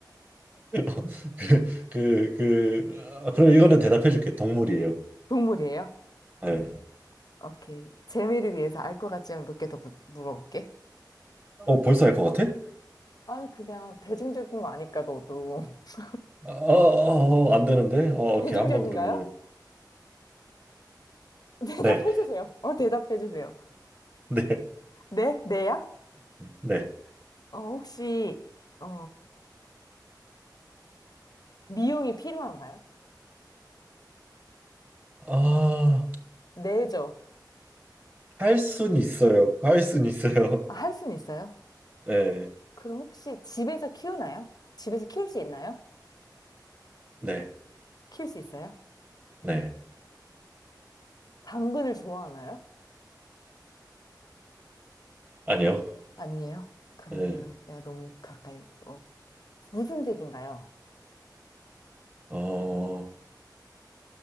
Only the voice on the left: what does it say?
응?
동물이에요.
오케이. 재미를 위해서 알 것 같지만 몇 개 더 물어볼게.
아니, 그냥 대중적인 거 아니까, 너도. <laughs>
대중적인가요?
<laughs> 대답해주세요.
어, 대답해주세요.
네? 네야?
어, 혹시, 어, 미용이 필요한가요?
네죠.
아, 할 수는 있어요?
그럼 혹시 집에서 키우나요? 집에서 키울 수 있나요?
키울 수 있어요?
당근을 좋아하나요?
아니에요? 그러면
내가 너무 가까이, 어디, 무슨 색인가요?